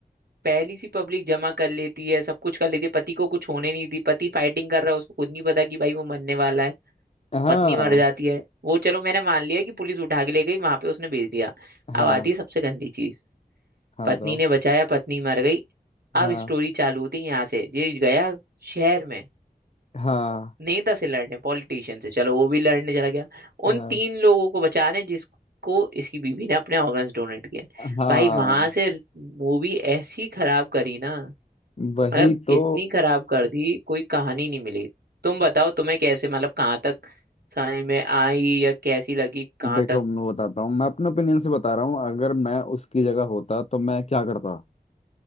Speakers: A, on the right; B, on the left.
A: पहली सी पब्लिक जमा कर लेती है सब कुछ कर लेती है पति को कुछ होने नहीं दी पति फाइटिंग कर रहा है उसको खुद नहीं पता कि भाई वो मरने वाला है
B: हाँ
A: पत्नी मर जाती है वो चलो मैंने मान लिया कि पुलिस उठा के ले गई वहां पे उसने भेज दिया अब
B: हाँ
A: आती है सबसे गंदी चीज
B: हाँ
A: पत्नी
B: बताओ
A: ने बचाया पत्नी मर गई
B: हाँ
A: अब स्टोरी चालू होती है यहाँ से ये गया शहर में
B: हाँ
A: नेता से लड़ने पॉलिटिशियन से चलो वो भी लड़ने चला गया
B: हाँ
A: उन तीन लोगों को बचाने जिसको इसकी बीवी ने अपने ऑर्गन्स डोनेट किए
B: हाँ
A: भाई वहां से मूवी ऐसी खराब करी ना
B: वही
A: मतलब
B: तो
A: इतनी खराब कर दी कोई कहानी नहीं मिली तुम बताओ तुम्हें कैसे मतलब कहाँ तक समझ में आई या कैसी लगी कहाँ
B: देखो
A: तक
B: मैं बताता हूँ मैं अपने ओपिनियन से बता रहा हूँ अगर मैं उसकी जगह होता तो मैं क्या करता